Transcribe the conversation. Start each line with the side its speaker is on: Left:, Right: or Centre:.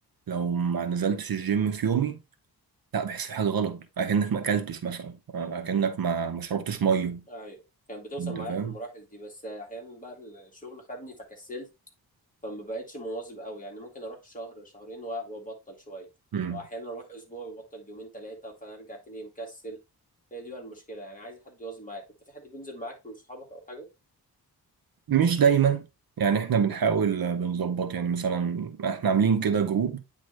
Right: لو ما نزلتش الجيم في يومي لا بحس في حاجه غلط اكنك ما اكلتش مثلا آه، اكنك ما ما شربتش ميه
Left: ايوه كان بتوصل
Right: انت
Left: معايا
Right: فاهم
Left: للمراحل دي بس احيانا بقى الشغل خدني فكسلت فما بقتش مواظب قوي يعني ممكن اروح شهر شهرين و- وابطل شويه
Right: مم.
Left: او احيانا اروح اسبوع وابطل يومين ثلاثه فارجع تاني مكسل هي دي بقى المشكله يعني عايز حد يواظب معاك انت في حد بينزل معاك من صحابك او حاجه
Right: مش دايما يعني احنا بنحاول آه، بنظبط يعني مثلا احنا عاملين كده جروب